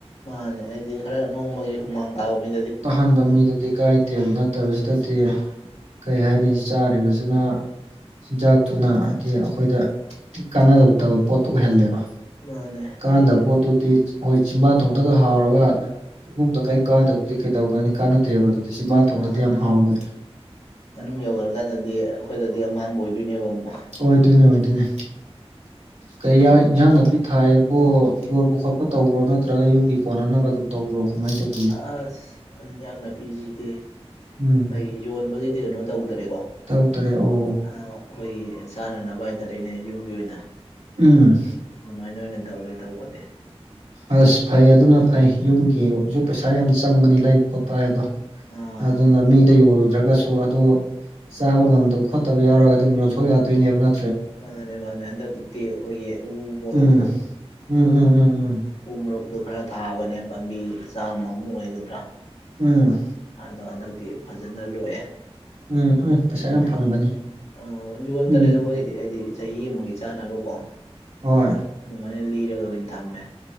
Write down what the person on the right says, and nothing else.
ꯇꯥꯍꯟꯕ ꯃꯤꯗꯗꯤ ꯀꯥꯏꯗꯦꯕ ꯅꯠꯇꯕꯁꯤꯗꯗꯤ ꯀꯔꯤ ꯍꯥꯏꯅꯤ ꯆꯥꯔꯤꯕꯁꯤꯅ ꯆꯤꯟꯖꯥꯛꯇꯨꯅ ꯍꯥꯏꯗꯤ ꯑꯩꯈꯣꯏꯗ ꯀꯥꯟꯅꯗꯗꯕ ꯄꯣꯠꯇꯨ ꯑꯣꯏꯍꯜꯂꯦꯕ
ꯀꯥꯟ
ꯗꯄꯣ ꯇ ꯇ ꯍꯣꯏ ꯆꯤꯝꯕꯥꯟ ꯊꯣꯡꯗꯒ ꯍꯥꯎꯔꯒ ꯄꯨꯨꯡꯗ ꯀꯔꯤꯝ ꯀꯥꯟꯅꯗꯕꯗꯤ ꯀꯩꯗꯧꯅꯅꯤ ꯀꯥꯟꯅ ꯅꯠꯇꯦꯕ ꯑꯗꯨꯗꯤ ꯁꯤ ꯃꯥ ꯊꯣꯡꯅꯗꯤ
ꯌꯥꯝ ꯍꯥꯎꯋꯦ
ꯑꯣꯏꯗꯣꯏꯅꯦ ꯑꯣꯏꯗꯣꯏꯅꯦ ꯀꯌꯥ ꯏꯟꯖꯥꯡ ꯅꯥꯄꯤ ꯊꯥꯏꯑꯕꯨ ꯌꯣꯟꯕ ꯈꯣꯠꯄ ꯇꯧꯕ꯭ꯔꯣ ꯅꯠꯇ꯭ꯔꯒ ꯌꯨꯝꯒꯤ ꯀꯣꯟꯅꯅꯕ ꯑꯗꯨꯝ ꯇꯧꯕ꯭ꯔꯣ ꯀꯃꯥꯏꯅ ꯇꯧꯕ
ꯎꯝ
ꯇꯔꯨꯛ ꯇꯔꯦꯠ ꯑꯣ
ꯎꯝ
ꯑꯁ ꯐꯩ ꯑꯗꯨꯅ ꯐꯩ ꯌꯨꯝꯒꯤꯁꯨ ꯄꯩꯁꯥ ꯌꯥꯝ ꯆꯪꯕꯅꯤ ꯂꯩꯕ ꯈꯣꯠꯄ ꯍꯥꯏ ꯑꯗꯣ
ꯑꯗꯨꯅ ꯃꯤꯗ ꯌꯣꯜꯂꯨꯗ꯭ꯔꯒꯁꯨ ꯑꯗꯨ ꯆꯥꯕ ꯉꯝꯗꯕ ꯈꯣꯠꯇꯕ ꯌꯥꯎꯔꯒ ꯑꯗꯨꯝ ꯌꯣꯟꯊꯣꯛ ꯌꯥꯗꯣꯏꯅꯦꯕ ꯅ
ꯎꯝ ꯎꯝ ꯎꯝ ꯎꯝ ꯎꯝ
ꯎꯝ
ꯎꯝ ꯎꯝ ꯄꯩꯁꯥ
ꯌꯥꯝ ꯐꯪꯕꯅꯤ
ꯎꯝ
ꯍ